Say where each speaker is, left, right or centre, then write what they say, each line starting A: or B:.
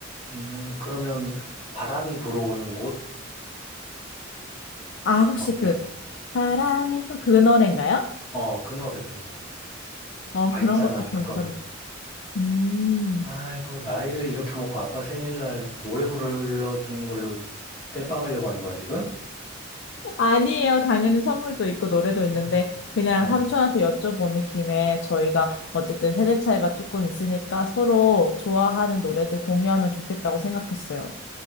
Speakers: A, on the left (about 25°); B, on the left (about 60°).
A: 음, 그러면 바람이 불어오는 곳
B: 아, 혹시
A: 어때?
B: 그 바람이 부- 그 노래인가요?
A: 어, 그 노래지.
B: 어,
A: 밝잖아,
B: 그런 것도 괜찮을
A: 그거는.
B: 것 같아요. 음.
A: 아이고, 나이를 이렇게 먹고 아빠 생일날 노래 불러주는 걸로 땜빵 하려고 하는 거야, 지금?
B: 아니에요. 당연히 선물도 있고 노래도
A: 어.
B: 있는데 그냥
A: 어.
B: 삼촌한테 여쭤보는 김에 저희가 어쨌든 세대 차이가 조금 있으니까 서로 좋아하는 노래들 공유하면 좋겠다고 생각했어요.